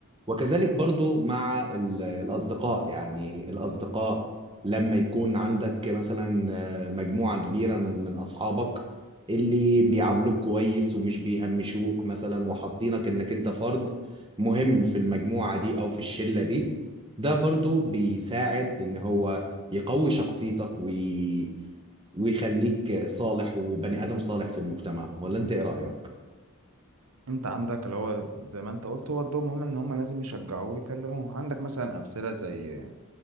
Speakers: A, on the right (about 25°); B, on the right (about 70°).
A: وكذلك برضو مع ال- الأصدقاء يعني الأصدقاء لما يكون عندك مثلا آه، مجموعة كبيرة من من أصحابك اللي بيعاملوك كويس ومش بيهمشوك مثلا وحاطينك إنك أنت فرد مهم في المجموعة دي أو في الشلة دي ده برضو بيساعد إن هو يقوي شخصيتك وي... ويخليك صالح وبني آدم صالح في المجتمع ولا أنت إيه رأيك؟
B: أنت عندك اللي هو زي ما أنت قلت هو الدور مهم إن هما لازم يشجعوه ويكلموه عندك مثلا أمثلة زي